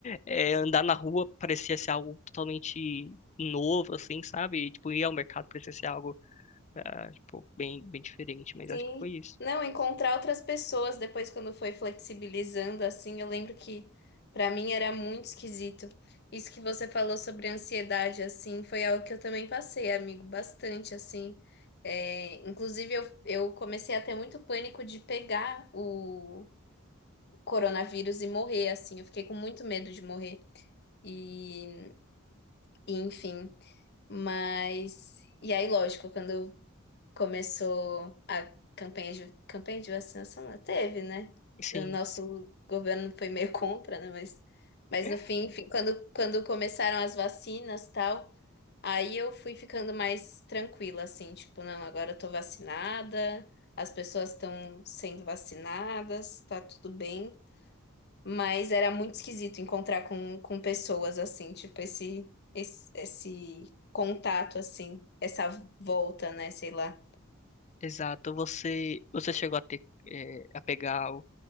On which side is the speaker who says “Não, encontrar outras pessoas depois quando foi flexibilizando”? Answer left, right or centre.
Left